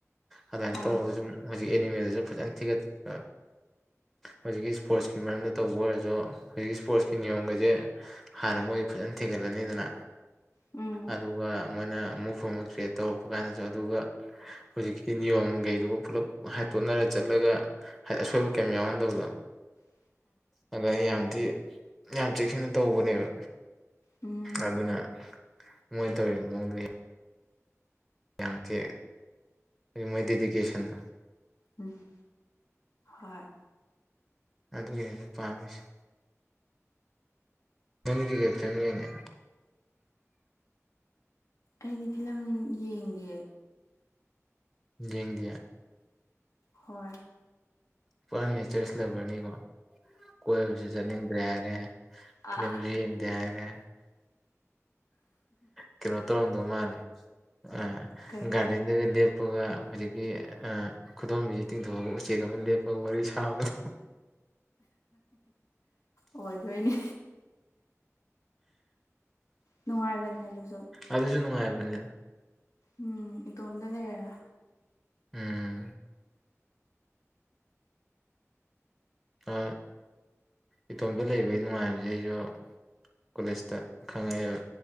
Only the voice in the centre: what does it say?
ꯑꯗꯨꯃꯥꯏꯅ
ꯇꯧꯔꯒ ꯁꯨꯝ ꯍꯧꯖꯤꯛ ꯑꯦꯅꯤꯃꯦꯜꯁ ꯐꯖꯅ ꯊꯤꯒꯠꯄ ꯍꯧꯖꯤꯛꯀꯤ ꯏꯁꯄꯣꯔꯠꯁꯀꯤ ꯃꯔꯝꯗ ꯇꯧꯕ ꯑꯣꯏꯔꯁꯨ ꯍꯧꯖꯤꯛ ꯏꯁꯄꯣꯔꯠꯁꯀꯤ ꯅꯤꯌꯣꯝꯒꯁꯦ ꯍꯥꯟꯅ ꯃꯣꯏ ꯐꯖꯅ ꯊꯦꯡꯒꯠꯂꯅꯤꯗꯅ
ꯑꯗꯨꯒ ꯃꯣꯏꯅ ꯑꯃꯨꯐ ꯀ꯭ꯔꯤꯌꯦꯠ ꯇꯧꯔꯛꯄ ꯀꯥꯟꯗꯁꯨ ꯑꯗꯨꯒ ꯍꯧꯖꯤꯛꯀꯤ ꯅꯤꯌꯣꯝꯒꯩꯗꯨꯒ ꯄꯨꯂꯞ ꯍꯥꯏꯠꯇꯣꯠꯅꯔ ꯆꯠꯂꯒ ꯍꯥꯏꯗꯤ ꯑꯁꯣꯏꯕ ꯀꯔꯤꯝ ꯌꯥꯎꯍꯟꯗꯕꯗꯣ
ꯑꯗ ꯑꯩ ꯌꯥꯝꯗꯤ ꯌꯥꯝ ꯆꯦꯛꯁꯤꯟꯅ ꯇꯧꯕꯅꯦꯕ
ꯑꯗꯨꯅ ꯃꯣꯏ ꯇꯧꯔꯤꯕ ꯃꯑꯣꯡꯗꯨ ꯌꯥꯝ ꯊꯤ ꯃꯣꯏ ꯗꯦꯗꯤꯀꯦꯁꯟꯅ
ꯑꯗꯨꯒꯤꯅꯦꯅ ꯄꯥꯝꯃꯤꯁꯦ ꯃꯅꯤꯗꯤ ꯀꯦꯁ ꯃꯤ ꯌꯥꯉ
ꯌꯦꯡꯒꯌꯥ
ꯐ ꯅꯦꯆꯔꯁꯤ ꯂꯩꯕꯅꯤꯀꯣ ꯀꯣꯏꯕꯁꯨ ꯆꯠꯅꯤꯡꯗ꯭ꯔꯦ ꯍꯥꯏꯔꯦ ꯐꯤꯂꯝꯁꯨ
ꯌꯦꯡꯗꯦ ꯍꯥꯏꯔꯦ ꯀꯩꯅꯣ ꯇꯧꯣꯡꯗꯧ ꯃꯥꯅꯤꯦ ꯑ
ꯒꯥꯔꯤꯒ ꯂꯞꯄꯒ ꯍꯧꯨꯖꯤꯛꯀꯤ ꯈꯨꯗꯣꯝꯕꯤꯁ ꯇꯤꯡꯊꯣꯛꯑꯒ ꯎꯆꯦꯛ ꯑꯃ ꯂꯦꯞꯄꯒ ꯋꯥꯔꯤ ꯁꯥꯕꯒ
ꯑꯗꯨꯁꯨ ꯅꯨꯡꯉꯥꯏꯕꯅꯤꯅ
ꯎꯝ ꯑ ꯏꯇꯣꯝꯇ ꯂꯩꯕꯒꯤ ꯅꯨꯡꯉꯥꯏꯕꯁꯦ ꯑꯩꯁꯨ ꯀꯣꯂꯦꯖꯇ ꯈꯪꯉꯛꯑꯦꯕ